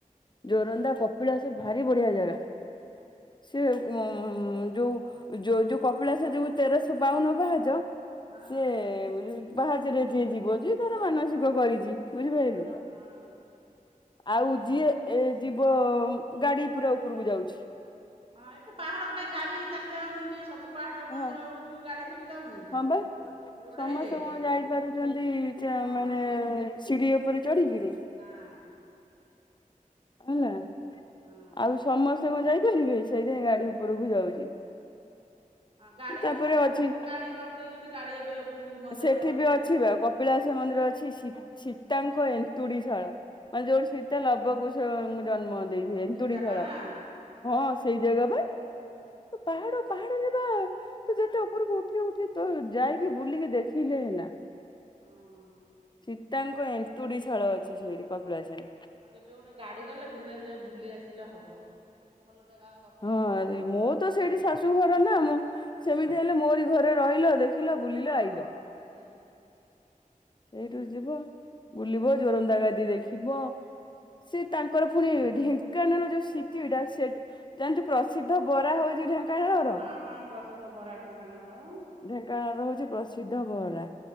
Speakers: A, on the left (about 35°); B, on the right (about 40°).
A: ଜୋରନ୍ଦା କପିଳାସ ଭାରି ବଢିଆ ଜାଗା ସେ ଉ ଯୋଉ ଯୋଉ ଯୋଉ କପିଳାସ ଯିବୁ ତେରଶହ ବାଉନ ପାହାଚ
B: ହଁ
A: ସେ ପାହାଚରେ ଯିଏ ଯିବ ଯେ ତାର ମାନସିକ କରିଛି। ବୁଝିପାରିଲୁ
B: ହଁ ହଁ।
A: ଆଉ ଯିଏ ଏ ଯିବ ଗାଡି ପୁରା ଉପରକୁ ଯାଉଛି।
B: ହଁ ଏବେ ପାହାଡ କଟା ଗାଡି ଚାଲି ଯାଉନି କି ସବୁ ପାହାଡ ମନ୍ଦିର
A: ହଁ
B: ଉପରକୁ ଗାଡି ସବୁ ଯାଉନି କି?
A: ହଁ ବା
B: ରୋଡ
A: ସମସ୍ତେ
B: ହେଇଯାଇଛି
A: କଣ ଯାଇପାରୁଛନ୍ତି ଚା
B: ହଁ
A: ମାନେ ସିଢି ଉପରେ ଚଢ଼ିକିରି
B: ନାଇଁ
A: ହେଲା।
B: ହଁ
A: ଆଉ ସମସ୍ତେ କଣ ଯାଇପାରିବେ ସେଇଥି ପାଇଁ
B: ନା
A: ଗାଡି ଉପରକୁ ଯାଉଛି।
B: ହଁ ଗାଡି
A: ତାପରେ
B: ଏବେ ସବୁ
A: ଅଛି
B: ଜାଗାରେ ଗାଡି କରିଦଉଛନ୍ତି ଗାଡି ଏବେ ଉପରକୁ ମନ୍ଦିର
A: ସେଠି
B: ପାଖାପାଖି
A: ବି ଅଛି
B: ଗଲେ
A: ବା କପିଳାସ ମନ୍ଦିର ଅଛି ସୀ ସୀତାଙ୍କ ଏନ୍ତୁଡିଶାଳ ମାନେ ଯୋଉଠି ସୀତା ଲବକୁ ସ କୁ ଜନ୍ମ
B: ଓହୋ
A: ଦେଇଥିଲେ ଏନ୍ତୁଡ଼ିଶାଳ
B: ସେଇ ଜାଗା ନା
A: ହଁ ସେଇ ଜାଗା ବା ତୁ ପାହାଡ
B: ଅଭି
A: ପାହାଡରେ ବା ତୁ ଯେତେ ଉପରକୁ ଉଠି ଉଠି ତୁ ଯାଇକି ବୁଲିକି ଦେଖିଲେ ହେଲା।
B: ଆଉ
A: ସୀତାଙ୍କ ଏନ୍ତୁଡି ଶାଳ ଅଛି ସେଇଠି କପିଳାସରେ।
B: ହଁ କେବେ ଗୋଟେ ଗାଡି କଲେ ଦିନରେ ଯାଇ ବୁଲି ଆସିଲେ ହବ। ଭଲ ଜାଗା କପିଳାସ
A: ହଁ ଆ
B: ନା ଆଉ
A: ମୋର ତ ସେଇଠି ଶାଶୁ ଘର ନା ମୁଁ ସେମିତି ହେଲେ ମୋରି ଘରେ ରହିଲ ଦେଖ ଦେଖିଲ ବୁଲିଲ
B: ହଁ
A: ଆଇଲ।
B: ଠିକ।
A: ଏଇଠୁ ଯିବ ବୁଲିବ ଜୋରନ୍ଦା ଗାଦି ଦେଖିବ। ସେ ତାଙ୍କର ପୁଣି ଢେଙ୍କାନାଳ ଯୋଉ ସିଟି ଡା ସେଠି ଜାଣିଛୁ ପ୍ରସିଦ୍ଧ ବରା ହଉଛି ଢେଙ୍କାନାଳର
B: ହଁ ହଁ ପ୍ରସିଦ୍ଧ ବରା ଢେଙ୍କାନାଳର ବା।
A: ଢେଙ୍କାନାଳ ର ହଉଛି ପ୍ରସିଦ୍ଧ ବରା।